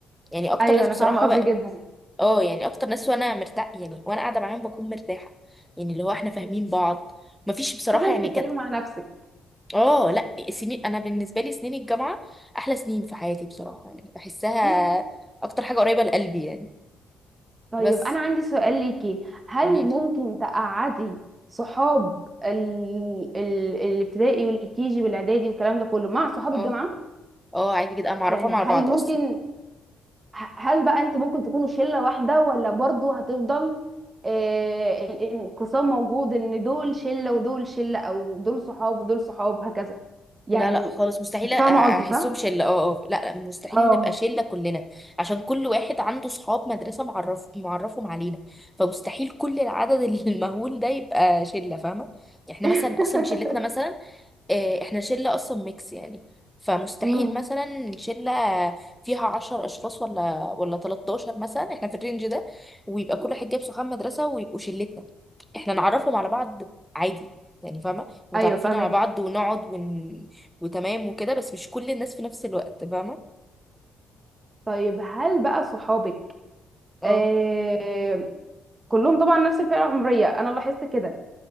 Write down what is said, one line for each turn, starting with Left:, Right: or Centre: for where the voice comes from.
Centre: يعني أكتر
Right: ايوه
Centre: ناس
Right: انا
Centre: بصراحة
Right: فاهمه قصدك
Centre: بقى
Right: جدا
Centre: اه يعني أكتر ناس وأنا مرتاح يعني وأنا قاعدة معاهم بكون مرتاحة يعني اللي هو إحنا فاهمين بعض مفيش بصراحة
Right: حاسه انك
Centre: يعني
Right: بتتكلمي
Centre: كانت
Right: مع نفسك
Centre: اه لا سنين انا بالنسبه لي سنين الجامعه احلى سنين في حياتي بصراحه يعني بحسها
Right: مم.
Centre: اكتر حاجه قريبه لقلبي يعني
Right: طيب
Centre: بس
Right: انا عندي سؤال ليكي هل
Centre: قولي
Right: ممكن
Centre: لي
Right: تقعدي صحاب ال... ال... الابتدائي والكيجي والاعدادي والكلام ده كله مع صحاب
Centre: اه
Right: الجامعه
Centre: اه عادي جدا انا معرفاهم
Right: يعني هل
Centre: على بعض
Right: ممكن
Centre: اصلا
Right: ه- هل بقى انتوا ممكن تكونوا شلة واحدة ولا برضو هتفضل آه، الانقسام موجود ان دول شلة ودول شلة او دول صحاب ودول صحاب هكذا يعني
Centre: لا لا خالص مستحيل
Right: انت فاهمة
Centre: أ- احسهم
Right: قصدي صح؟
Centre: شله اه اه لا لا مستحيل
Right: اه
Centre: نبقى شله كلنا عشان كل واحد عنده صحاب مدرسه معرف معرفهم علينا فمستحيل كل العدد <laughs> المهول ده يبقى شله فاهمه يعني احنا
Right: <laughs>
Centre: مثلا اصلا شلتنا مثلا آه، احنا شلة اصلا ميكس يعني فمستحيل
Right: امم
Centre: مثلا شلة فيها عشر اشخاص ولا ولا 13 مثلا احنا في الرينج ده ويبقى كل واحد جايب صحاب مدرسة ويبقوا شلتنا احنا نعرفهم على بعض عادي يعني فاهمة متعرفين
Right: ايوه فاهمك
Centre: على بعض ونقعد ون... وتمام وكده بس مش كل الناس في نفس الوقت فاهمة
Right: طيب هل بقى صحابك
Centre: اه
Right: آه كلهم طبعا نفس الفئه العمريه انا لاحظت كده